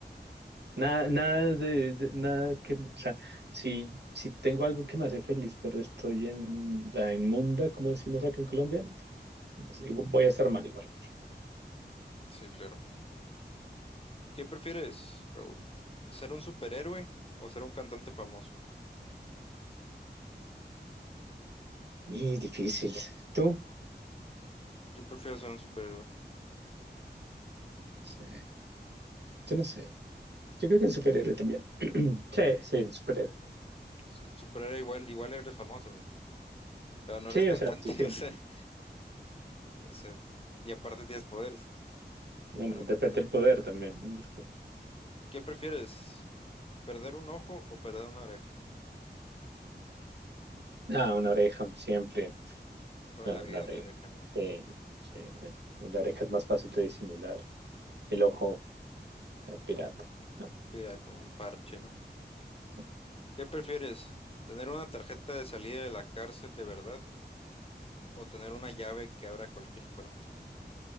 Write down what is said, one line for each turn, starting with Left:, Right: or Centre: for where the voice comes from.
Right: Nada, nada de, de- nada que, o sea, si, si tengo algo que me hace feliz, pero estoy en la inmunda, como decimos acá en Colombia, no voy a estar mal igual.
Left: sí, claro. ¿Qué prefieres, Raúl? ¿Ser un superhéroe o ser un cantante famoso?
Right: Y difícil. ¿Tú?
Left: Yo prefiero ser un superhéroe.
Right: Sí. Yo no sé. Yo creo que el superhéroe también. <clears throat> Sí, sí, el superhéroe.
Left: Su- Superhéroe igual, igual eres famoso, ¿me entiendes? Pero no
Right: Sí,
Left: eres cantante,
Right: o sea, sí, sí.
Left: <laughs> o sea, o sea, y aparte tienes poderes.
Right: Bueno,
Left: Bueno,
Right: depende del poder también, ¿no? Porque,
Left: ¿qué prefieres? ¿Perder un ojo o perder una oreja?
Right: ah, una oreja siempre,
Left: Toda
Right: ah,
Left: la vida
Right: una oreja.
Left: una oreja, ¿no?
Right: Eh, sí, no. La oreja es más fácil de disimular. El ojo, eh, pirata. No,
Left: Pira, un parche, ¿no?
Right: no.
Left: ¿Qué prefieres? ¿Tener una tarjeta de salida de la cárcel de verdad o tener una llave que abra cualquier puerta?